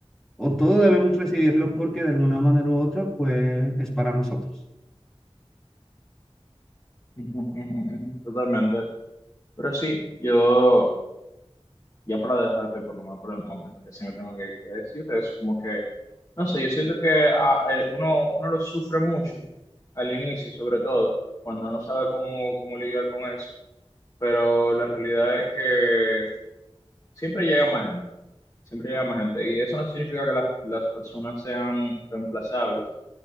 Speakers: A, in the centre; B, on the left.
A: o todo debemos recibirlo porque de alguna manera u otra pues es para nosotros.
B: Ujú, ujú, ujú, Totalmente. Pero sí, yo, ya para dejarte por nomás por el momento, que sí me tengo que, que decir es como que, no sé, yo siento que ah, eh, uno, uno lo sufre mucho al inicio, sobre todo, cuando no sabe cómo, cómo lidiar con eso. Pero la realidad es que Siempre llega más gente, siempre llega más gente. Y eso no significa que las, las personas sean reemplazables,